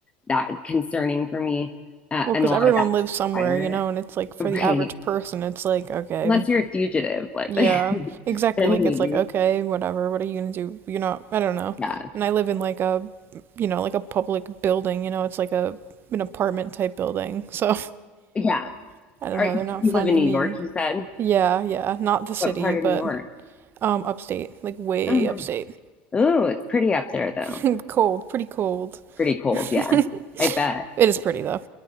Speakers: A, on the left (about 20°); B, on the right (about 45°).
A: that concerning for me. Uh,
B: Well,
A: and
B: because
A: a lot
B: everyone
A: of apps
B: lives somewhere,
A: require
B: you
A: it.
B: know, and it's like for
A: <laughs>
B: the average
A: Right.
B: person, it's like, okay,
A: Unless you're a fugitive, like,
B: yeah,
A: <laughs>
B: exactly.
A: then
B: Like,
A: maybe.
B: it's like, okay, whatever, what are you gonna do? You're not, I don't know.
A: Yeah.
B: And I live in like a, you know, like a public building, you know, it's like a, an apartment type building. So,
A: Yeah.
B: <laughs> I don't
A: Are,
B: know, they're not
A: you
B: finding
A: live in New
B: me.
A: York, you said?
B: Yeah, yeah, not the city,
A: What part
B: but
A: of New York?
B: um, upstate, like way
A: Oh, no.
B: upstate.
A: Oh, it's pretty up there though.
B: <laughs> Cold, pretty cold.
A: Pretty cold.
B: <laughs>
A: Yeah. I bet.
B: It is pretty though.